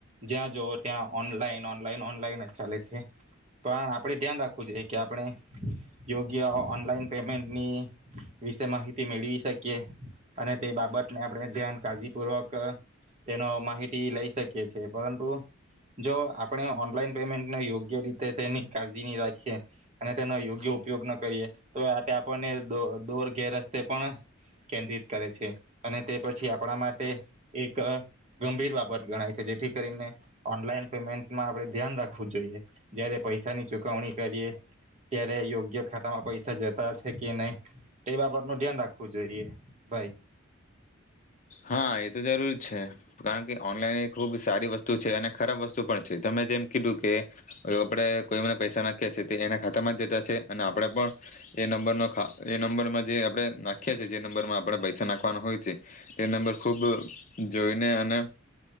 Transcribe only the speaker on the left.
હા એ તો જરૂરી છે કારણ કે ઓનલાઈન એ ખુબ સારી વસ્તુ છે અને ખરાબ વસ્તુ પણ છે તમે જેમ કીધું કે આપડે કોઈ મને પૈસા નાખ્યા છે તે એના ખાતામાં જ જતા છે અને આપણેે પણ એ નંબર એ નંબરમાં જે આપણે નાખ્યા છે જે નંબરમાં આપણે પૈસા નાખવાનો હોય છે. તે નંબર ખુબ જોઈને અને